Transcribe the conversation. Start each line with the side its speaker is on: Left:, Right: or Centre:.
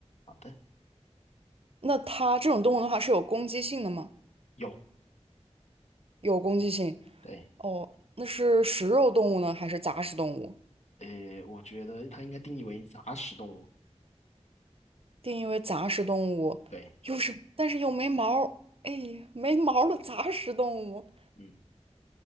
Left: 好的，
Right: 那它这种动物的话是有攻击性的吗？
Left: 有，
Right: 有攻击性。
Left: 对。
Right: 哦，那是食肉动物呢，还是杂食动物？
Left: 呃，我觉得它应该定义为杂食动物。
Right: 定义为杂食动物，
Left: 对，
Right: 又是但是又没毛儿，哎，没毛儿的杂食动物。
Left: 嗯，